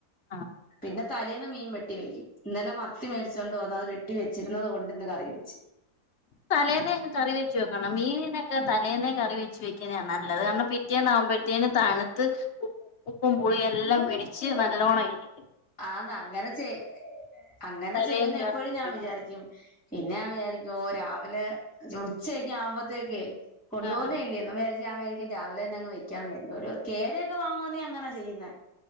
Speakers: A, on the left; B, in the centre.
A: ആഹ്
B: പിന്നെ തലേൽന്ന് മീൻ വെട്ടി വെക്കും, ഇന്നലെ മത്തി മേടിച്ചോണ്ട് വന്നു അത് വെ വെട്ടി വെച്ചിരുന്നത് കൊണ്ട് ഇന്ന് കറി വെച്ച്.
A: തലേന്ന് അങ്ങ് കറി വെച്ച് വെക്കണം, മീനിനൊക്കെ തലേന്ന് കറി വെച്ച് വെക്കുന്നതാണ് നല്ലത് കാരണം പി പിറ്റേന്ന് ആകുമ്പോഴത്തേന് തണുത്ത് ഉ ഉപ്പും പുളിയും എല്ലാം പിടിച്ചു നല്ലോണം ആയിരിക്കും.
B: ആന്നേ അങ്ങനെ ചെ അങ്ങനെ
A: തലേന്ന്
B: ചെയ്യുന്നു എപ്പോഴും
A: കറി വെച്ച്
B: ഞാൻ
A: വെക്കണം
B: വിചാരിക്കും. പിന്നെ ഞാൻ വിചാരിക്കുവോ രാവിലെ ഉച്ചയൊക്കെ ആവുമ്പോഴത്തേക്ക് കൊണ്ടു
A: ആഹ്
B: പോന്നയല്ലേ എന്ന് വിചാരിച്ച്. ഞാൻ വിചാരിക്കും രാവിലെ തന്നെ അങ്ങ് വെക്കാൻ വിചാരിക്കും, ഒരു കേര ഒക്കെ വാങ്ങുവാണേൽ അങ്ങനെയാ ചെയ്യുന്നേ.